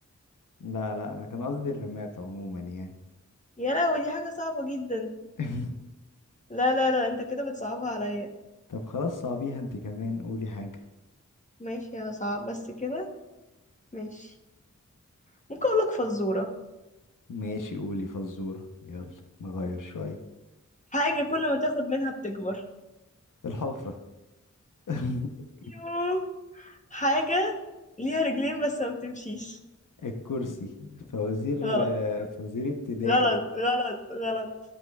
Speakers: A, on the left; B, on the left.
A: لا لا انا كان قصدي الرمات عموما يعني
B: يا لهوي دي حاجة صعبة جدا
A: <laughs>
B: لا لا لا انت كده بتصعبها عليا
A: طب خلاص صعبيها انت كمان قولي حاجة
B: ماشي يا صعب بس كده ماشي ممكن اقولك فزورة
A: ماشي قولي فزورة يلا نغير شوية
B: حاجة كل ما تاخد منها بتكبر
A: الحفرة <laughs>
B: يوه. حاجة ليها رجلين بس ما بتمشيش
A: الكرسي فوازير
B: غلط
A: آه، فوازير ابتدائي
B: غلط
A: دي
B: غلط غلط